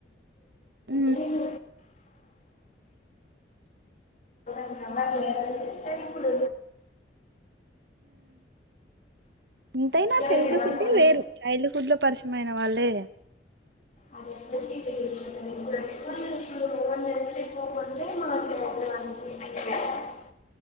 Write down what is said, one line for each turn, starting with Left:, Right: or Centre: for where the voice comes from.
Right: ఊ
Left: నేను <unintelligible> అంటె ఇప్పుడు
Right: ఇంతైనా
Left: అసలు
Right: చైల్డ్
Left: నేను ఎవరికన్నా
Right: హుడ్ే వేరు చైల్డ్ హుడ్ లో పరిచయమైన వాళ్ళే
Left: అది అందరికి తెలుసు మరి ఇప్పుడ <unintelligible>